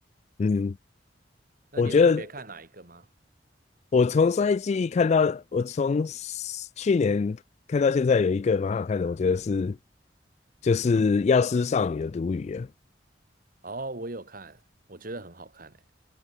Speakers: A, on the left; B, on the right.
A: 嗯，
B: 那你有特别看哪一个吗？
A: 我觉得我从上一季看到，我从去年看到现在有一个蛮好看的，我觉得是就是《药师少女的毒语》啊。
B: 哦，我有看，我觉得很好看诶。